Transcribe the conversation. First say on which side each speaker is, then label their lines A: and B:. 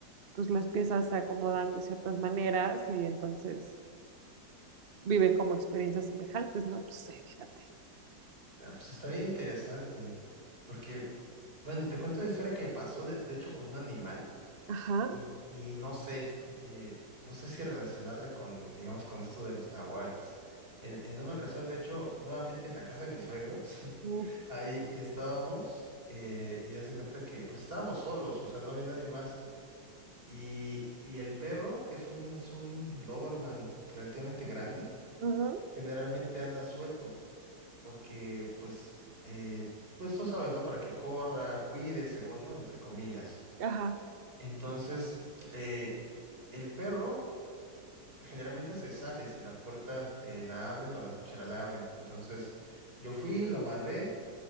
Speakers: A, on the right (about 65°); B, on the right (about 30°).
A: pues las piezas se acomodan de ciertas maneras y entonces viven como experiencias semejantes, no lo sé, fíjate.
B: Ah, Pues está bien interesante. Porque, bueno, te cuento una historia que me pasó, de, de hecho, con un animal.
A: Ajá.
B: Y, y no sé, eh, no sé si relacionarla con, digamos, con esto de los nahuales. En, en una ocasión, de hecho, nuevamente en la casa de mis suegros, <laughs>
A: Uf.
B: ahí estábamos, eh, y ya se cuenta que pues estábamos solos, o sea, no había nadie más. Y, y el perro, que es un, es un Doberman relativamente grande,
A: Ujú.
B: generalmente anda suelto, porque pues, eh, pues tú sabes, ¿no? Para que corra, cuide, según, ¿no? Entre comillas.
A: Ajá.
B: Entonces, eh, el perro generalmente se sale si la puerta eh, la abren o la cochera la abren. Entonces, yo fui, lo amarré,